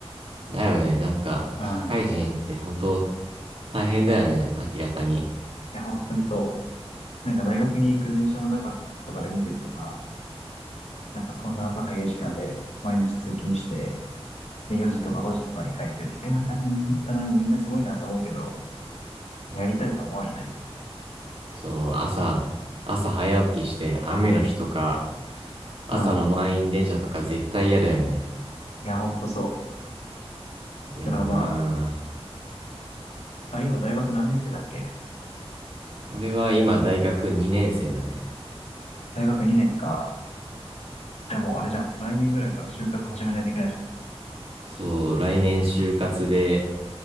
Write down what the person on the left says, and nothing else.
うん。
い
や、本当にそう。なんか大学に行く電車の中とかで見てるとさ、なんかこんな朝早い時間で毎日通勤して、で4時とか5時とかに帰ってて、え、大変だな、みんなすごいなと思うけど、やりたいとは思わなよね。
うん。いや、ほんとそう。
だからまあ、あ、今大学何年生だっけ
大学2年か。じゃあもうあれじゃん。来年ぐらいから就活始めないといけないじゃん。